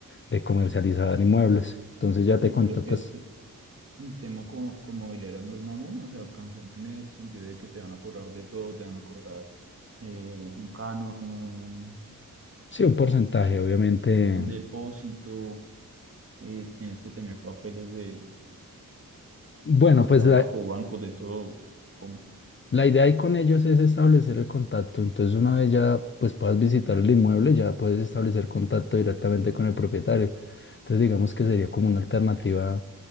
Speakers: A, on the left; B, on the right.
A: de comercializar inmuebles. Entonces ya
B: Uy,
A: te contactas,
B: pero es que t- un tema como, como mobiliario no es mamón, o sea, cansón en el sentido de que te van a cobrar de todo, te van a cobrar eh, un canon, un,
A: sí, un porcentaje, obviamente.
B: un depósito, eh, tienes que tener papeles de,
A: Bueno,
B: de
A: pues
B: trabajo,
A: la,
B: bancos, de todo. como
A: La idea ahí con ellos es establecer el contacto. Entonces, una vez ya pues puedas visitar el inmueble, ya puedes establecer contacto directamente con el propietario. Entonces, digamos que sería como una alternativa